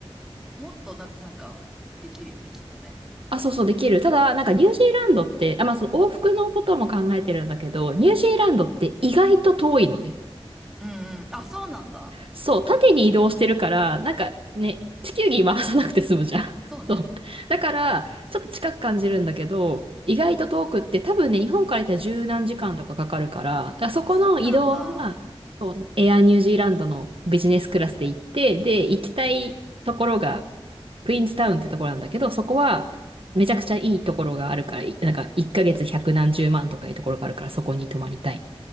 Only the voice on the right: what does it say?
あ、そうそう、できる。ただ、なんかニュージーランドって、あ、まあその往復のことも考えてるんだけど、ニュージーランドって意外と遠いのね。
そう、縦に移動してるから、なんかね、地球儀回さなくて済むじゃん。
<laughs> そう。だから、ちょっと近く感じるんだけど、意外と遠くって多分ね、日本から行ったら十何時間とかかかるから、だからそこの移動は、
そうエアニュージーランドのビジネスクラスで行って、で、行きたいところが、クイーンズタウンってところなんだけど、そこは、めちゃくちゃいいところがあるから、いなんか、1ヶ月百何十万とかいうところがあるから、そこに泊まりたい